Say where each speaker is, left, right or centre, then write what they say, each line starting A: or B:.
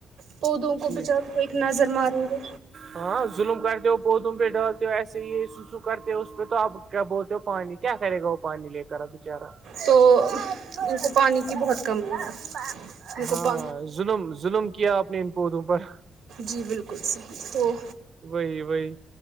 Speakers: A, on the right; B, on the right.
A: پودوں کو
B: ٹھیک
A: بچا کے ایک نظر ماریں گے
B: ہاں ظلم کرتے ہو پودوں پہ ڈالتے ہو ایسے ہی س کرتے ہو اس پہ تو اب کیا بولتے ہو پانی کیا کرے گا پانی لے کر بچارا
A: تو ان کو پانی کی بہت کم ہے ان
B: ہاں
A: کو پا
B: ظلم ظلم کیا آپ نے ان پودوں پر
A: جی بالکل صحیح تو
B: وہی وہی